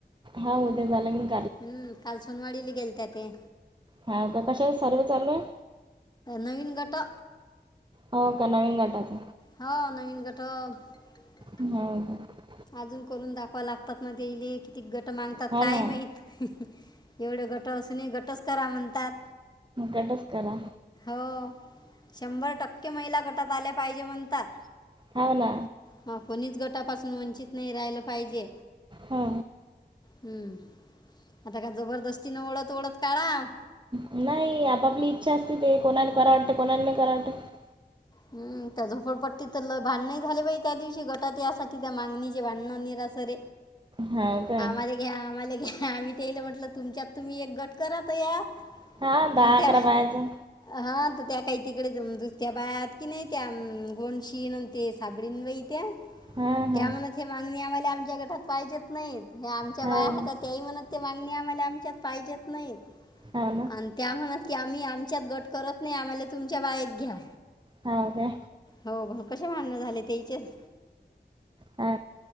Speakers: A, on the right; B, on the left.
A: हा होद्या झालं क
B: हम्म काल सनवाडीली गेलत ते
A: हा का कशा सर्व चालू आहे
B: नवीन काटा
A: हो का नवीन गाटाात
B: हा नवीन कटक
A: होा
B: अजून करून दाखवा लागतात म ते किती गट मागतात
A: हो
B: काय
A: ना
B: माहत एवढे गट असून गटच करा म्हणतात
A: काडस् करा
B: हो शंभर टक्के महिला गटात आल्या पाहिजे म्हणतात
A: हाव ना
B: हा कोणीच गटापासून म्ह नाही राहिलं पाहिजे
A: हा
B: हम् आता का जबरदस्तीने ओत ओढत काढा
A: नाही आपापली इच्छा असते ते कोणाला कराव वाटत कोणाला नाही कराव वाटत
B: हम् त्या झोपडपट्टी तर भांडण झाले बा त्या दिवशी गटात यासाठी त्या मागणीचे भांडण निरा दसर
A: हाव काय
B: आम्हाला घ्या आम्हाला घ्या आम्ही ते येल म्हंटलं तुमच्यात तुम्ही एक गट करात या
A: हा दहा
B: अ त्या
A: अकरा बायाचं
B: हा त्या काही तिकडे दुसत्या बायाात की नाही त्या गोनशी न ते साबळीं बाई त्या
A: हा
B: त्या
A: हा
B: म्हणत हे मागणी आम्हाला आमच्या गटात पाहिजेत नाहीत आमच्या
A: हाव
B: बाया हात
A: काय
B: त्याही म्हणत मागणी आम्हाला आमच्यात पाहिजेत नाहीत
A: हाव ना
B: आणि त्या म्हणत की आम्ही आमच्यात गट करत नाही आम्हाला तुमच्या बायेत घ्या
A: हाव काय
B: हो भा कसे भांडण झाले तेचेच
A: हा